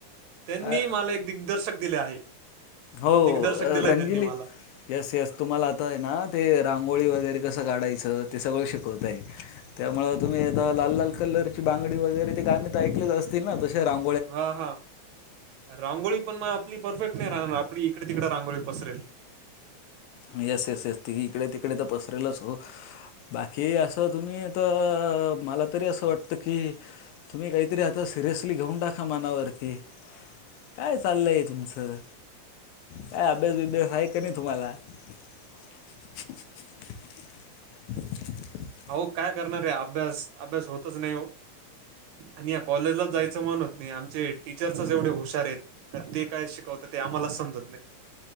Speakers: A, on the right; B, on the left.
A: त्यांनी
B: अ
A: मला एक दिग्दर्शक दिले आहे
B: हो
A: दिग्दर्शक दिलंय
B: रंगिली.
A: त्यांनी मला
B: येस यस तुम्हाला आता आहे ना ते रांगोळी वगैरे कसं काढायचं ते सगळं शिकवत आहे. त्यामु तुम्ही आता लाल लाल कलर. ची बांगडी वगैरे ते गाण ते ऐकलेच असते. होतील ना तशा राऊत.
A: हा हा रांगोळी पण म आपली परफेक्ट नाही रा आपली तिकडे तिकडे रांगोळी पसरल.
B: मी एस एस एस ती इकडे तिकडे तर पसरलच अस हो. बाकी असं तुम्ही तर मला तरी असं वाटतं की तुम्ही काहीतरी आता सिरियसली घेऊन टाका मनावरती काय चाललं आहे तुमचं काय अभ्यासबिभ्यास आहे का नाही तुम्हाला <unintelligible>
A: अ काय करणारे अभ्यास अभ्यास होतच नाही. आणि या कॉलेजलाच जायचं म्हण होत नाही आमचे टीचरच एवढे हुशार आहेत. का ते काय शिकवतं ते आम्हालाच समजत नाही.